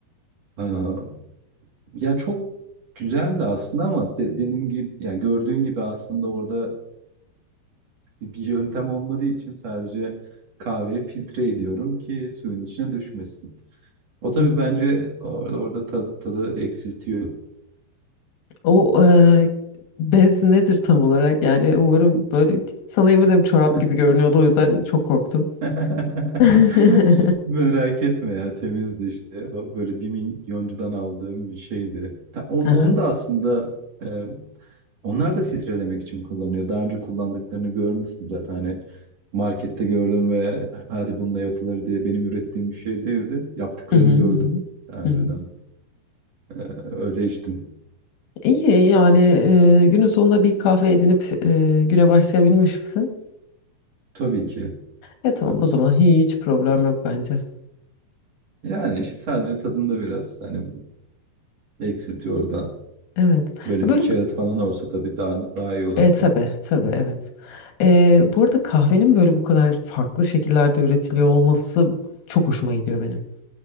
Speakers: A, on the right (about 50°); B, on the left (about 80°).
A: Aa, ya çok güzeldi aslında ama dediğim gibi ya gördüğün gibi aslında orada bir yöntem olmadığı için sadece kahveyi filtre ediyorum ki suyun içine düşmesin. O tabii
B: Hmm.
A: bence or- orada ta- tadı eksiltiyor.
B: O e, bez nedir tam olarak? Yani umarım böyle sana yemin ederim çorap
A: <laughs>
B: gibi görünüyordu o yüzden çok korktum.
A: <laughs>
B: <laughs>
A: Merak etme ya temizdi işte. O böyle bir milyoncudan aldığım bir şeydi. Ta- on-
B: Aha.
A: Onu, da aslında e, onlar da filtrelemek için kullanıyor. Daha önce kullandıklarını görmüştüm zaten. Hani markette gördüm ve hadi bununla yapılır diye benim ürettiğim bir şey değildi. Yaptıklarını
B: Hı hı, hı
A: gördüm
B: hı,
A: daha önceden.
B: hı hı.
A: E, öyle içtim.
B: İyi yani e, günün sonunda bir kahve edinip e, güne başlayabilmiş misin?
A: Tabii ki.
B: E tamam o zaman hiç problem yok bence.
A: Yani işte sadece tadında biraz hani eksiltiyor oradan.
B: Evet.
A: Böyle
B: Böyle
A: bir kağıt falan olsa tabii daha daha iyi olurdu.
B: E, tabii tabii evet. E, bu arada kahvenin böyle bu kadar farklı şekillerde üretiliyor olması çok hoşuma gidiyor benim.